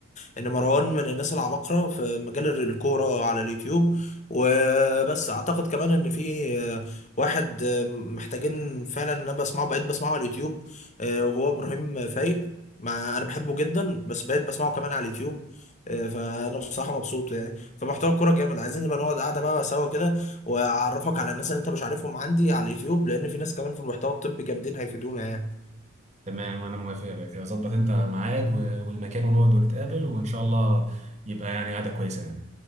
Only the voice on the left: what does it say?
ان مروان من الناس العباقره في مجال الكوره على اليوتيوب وبس اعتقد كمان ان في آه، واحد آه، محتاجين فعلا ان انا بسمعه بقيت بسمعه على اليوتيوب آه، وهو ابراهيم فايق مع انا بحبه جدا بس بقيت بسمعه كمان على اليوتيوب آه، فانا بصراحه مبسوط يعني فمحتوى الكوره جامد عايزين نبقى نقعد قاعده بقى سوا كده واعرفك على الناس اللي انت مش عارفهم عندي على اليوتيوب لان في ناس كمان في المحتوى الطبي جامدين هيفيدونا يعني